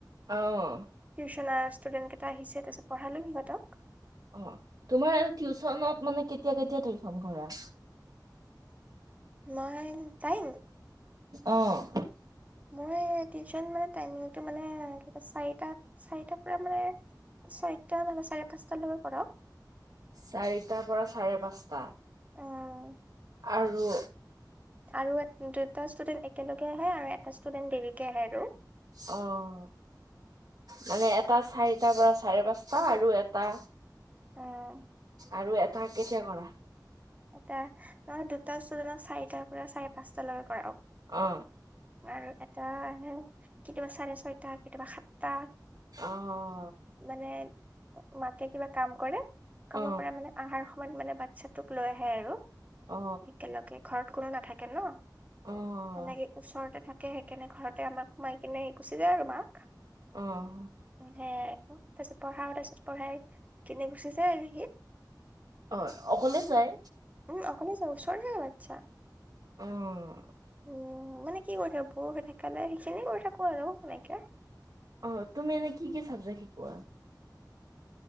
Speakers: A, on the right (about 60°); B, on the right (about 20°).
A: অঁ।
B: টিউচনৰ ষ্টুডেণ্ট কেইটা আহিছে তাৰপিছত পঢ়ালো সিহঁতক।
A: অ', তোমাৰ আৰু টিউচনত মানে কেতিয়া-কেতিয়া টিউচন কৰা?
B: মই টাইম?
A: অঁ।
B: মই টিউচন মানে টাইমিংটো মানে কিবা চাৰিটাত- চাৰিটাৰ পৰা মানে ছয়টা নহ'লে বা চাৰে পাঁচটা লৈছে কৰাও।
A: চাৰিটাৰ পৰা চাৰে পাঁচটা।
B: অঁ
A: আৰু
B: আৰু দুটা ষ্টুডেন্ট একেলগে আহে আৰু এটা ষ্টুডেণ্ট দেৰিকে আহে আৰু।
A: অহ মানে এটা চাৰিটাৰ পৰা চাৰে পাঁচটা আৰু এটা
B: উম
A: আৰু এটা কেতিয়া কৰা?
B: এটা, নহয় দুটা ষ্টুডেণ্টক চাৰিটাৰ পৰা চাৰি পাঁচটালৈকে কৰাও।
A: অঁ
B: আৰু এটা কেতিয়াবা চাৰে ছয়টা কেতিয়াবা সাতটা।
A: অঁ
B: মানে মাকে কিবা কাম কৰে, কামৰ
A: অ
B: পৰা মানে আহাৰ সময়ত মানে বাচ্ছা টোক লৈ আহে আৰু
A: অ
B: একেলগে ঘৰত কোনো নাথাকে ন'।
A: অঁ
B: সেনেকে ওচৰতে থাকে, সেইকাৰণে ঘৰতে আমাক সোমাই কিনে গুচি যায় আৰু মাক।
A: অঁ।
B: উম সেয়াই আক, তাৰ পিছত পঢ়াও তাৰ পিছত পঢ়াই কিনি গুচি যায় আৰু সি।
A: হয়, অকলে যায়?
B: উম, অকলে যাই ওচৰৰে বাচ্ছা।
A: অঁ
B: উম, মানে কি কৰি থাকো বৰ হৈ থাকিলে সেইখিনিয় কৰি থাকো আৰু এনেকে।
A: অঁ, তুমি এনে কি কি চাবজেক্ট শিকোৱা?